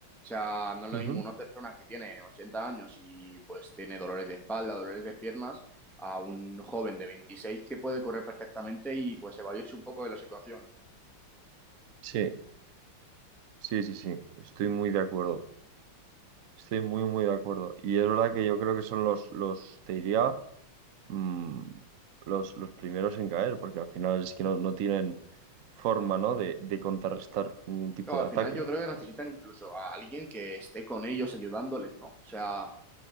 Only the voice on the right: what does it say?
Ujú.
Sí. Sí, sí, sí, estoy muy de acuerdo. Estoy muy, muy de acuerdo. Y es verdad que yo creo que son los, los, te diría, mm, los, los primeros en caer, porque al final es que no, no tienen forma, ¿no? de, de contrarrestar ningún tipo
de
ataque.